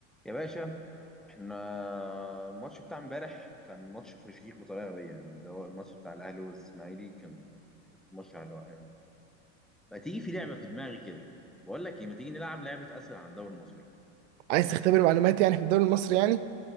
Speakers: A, in the centre; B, on the right.
A: يا باشا احنا الماتش بتاع امبارح كان ماتش فشيخ بطريقه غبيه يعني ده هو الماتش بتاع الاهلي والاسماعيلي كان حته ماتش على الروقان ما تيجي في لعبه في دماغي كده بقول لك ايه ما تيجي نلعب لعبه اسئله عن الدوري المصري
B: عايز تختبر معلوماتي يعني في الدوري المصري يعني